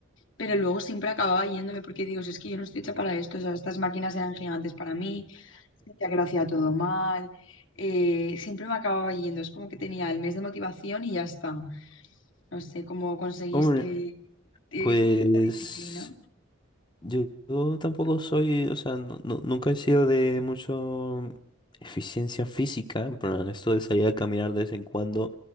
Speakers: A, on the left (about 75°); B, on the left (about 25°).
A: pero luego siempre acababa yéndome porque digo, "Si es que yo no estoy hecha para esto, o sea, estas máquinas eran gigantes para mí, sentía que lo hacía todo mal, eh, siempre me acababa yendo, es como que tenía el mes de motivación y ya está. No sé cómo conseguiste
B: <laughs> Hombre,
A: tienes
B: pues...
A: esa disciplina.
B: Yo, yo tampoco soy, o sea, no- no- nunca he sido de mucho eficiencia física, en plan, esto de salir a caminar de vez en cuando,